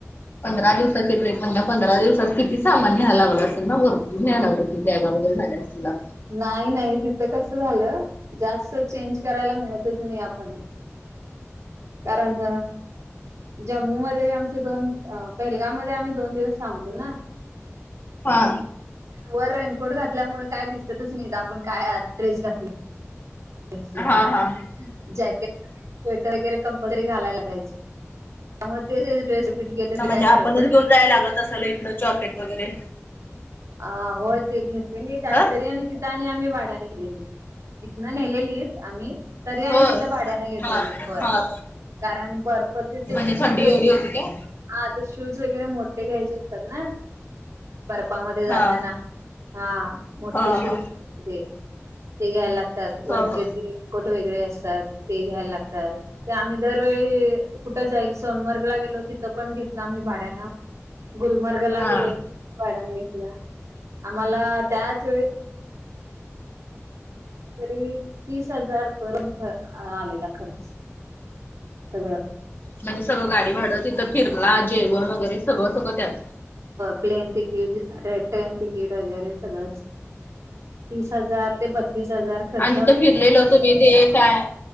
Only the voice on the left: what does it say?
पंधरा दिवसाची रेट म्हणजे पंधरा दिवसाात किती सामान न्यायला लाग असेल ना भरपर न्याय लाग असल बगा वगैरे झाल्या अस
हा
हा हा.
ना
म्हणजे
आपणच
घेऊन जायला लागत असल इथन चॉकेट वगैरे
ह
होय.
हा
हा.
म्हणजे
थंडी
एवढी होती काय?
हा
ह
ह
ह ह.
हा
म्हणजे सगळं गाडी भाडत तिथं फिरला जेवण वगैरे सगळं सगळं त्यात
आणि
तिथं फिरलेल होतो मी ते काय